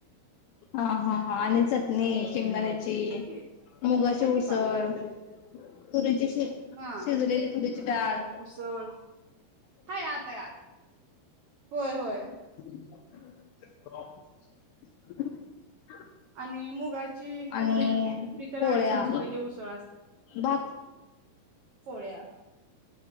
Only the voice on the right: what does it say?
हाय की
हाय
की बाळ
हा
उसळ हाय आत हाय आत
होय होय
आणि मुगाची
तुरीच्या
डाळीची नुसतं हे उसळ असत
पोळ्या.